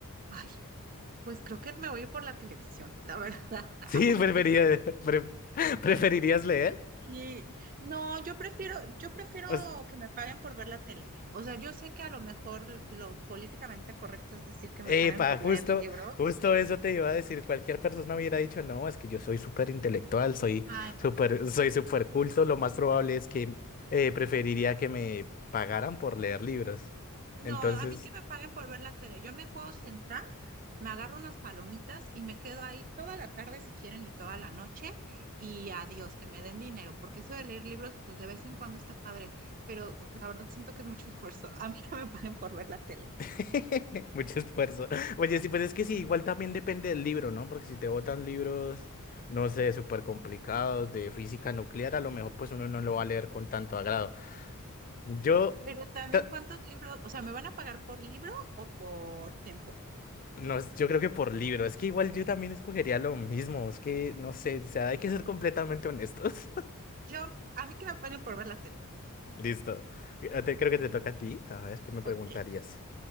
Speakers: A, on the right (about 40°); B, on the left (about 40°).
A: ay, pues creo que me voy por la televisión, la verdad, <laughs>
B: Sí,
A: aunque
B: preferiría- pre- <laughs> preferirías leer.
A: sí. No, yo prefiero, yo prefiero
B: O sea,
A: que me paguen por ver la tele. O sea, yo sé que a lo mejor lo políticamente correcto es decir que me
B: epa,
A: paguen por
B: justo,
A: leer libros,
B: justo eso te iba a decir. Cualquier persona hubiera dicho, no, es que yo soy súper intelectual, soy
A: Ay, no.
B: súper, soy súper culto. Lo más probable es que eh, preferiría que me pagaran por leer libros.
A: No,
B: Entonces,
A: a mí que me paguen por ver la tele. Yo me puedo sentar, me agarro unas palomitas y me quedo ahí toda la tarde si quieren y toda la noche y adiós, que me den dinero, porque eso de leer libros, pues de vez en cuando está padre, pero la verdad siento que es mucho esfuerzo. A mí que me paguen por ver la tele.
B: <laughs> Mucho esfuerzo. Oye, sí, pues es que sí, igual también depende del libro, ¿no? Porque si te botan libros, no sé, súper complicados de física nuclear, a lo mejor pues uno no lo va a leer con tanto agrado. Yo,
A: Pero también
B: ta-
A: cuántos libros, o sea, ¿me van a pagar por libro o por tiempo?
B: no, es- yo creo que por libro, es que igual yo también escogería lo mismo, es que no sé, o sea, hay que ser completamente honestos.
A: Yo, a mí que me paguen por ver la tele.
B: <laughs> Listo. Eh, te- Creo que te toca a ti. A ver, ¿qué me preguntarías?
A: Ok.